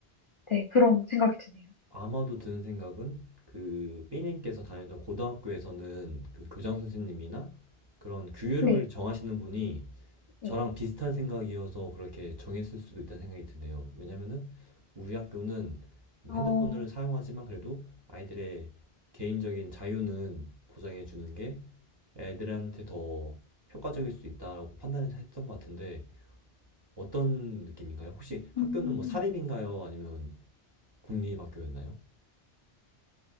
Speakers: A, on the left (about 55°); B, on the right (about 45°).
A: 네, 그런 생각이 드네요.
B: 아마도 드는 생각은 그 B님께서 다녔던 고등학교에서는 그 교장 선생님이나 그런 규율을
A: 네,
B: 정하시는 분이
A: 네.
B: 저랑 비슷한 생각이어서 그렇게 정했을 수도 있다는 생각이 드네요. 왜냐면은 우리 학교는 뭐
A: 어,
B: 핸드폰을 사용하지만 그래도 아이들의 개인적인 자유는 보장해 주는 게 애들한테 더 효과적일 수 있다라고 판단해서 했던 것 같은데 어떤 느낌인가요? 혹시 학교는
A: 음,
B: 뭐 사립인가요? 아니면 국립학교였나요?